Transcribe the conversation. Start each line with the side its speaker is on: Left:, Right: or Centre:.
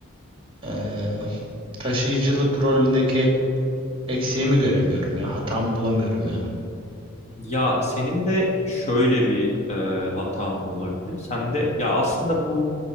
Right: eee, taşıyıcılık rolündeki eksiğimi göremiyorum ya. Hatamı bulamıyorum yani.
Left: Ya senin de şöyle bir e, hatan olabilir. Sen de ya aslında bu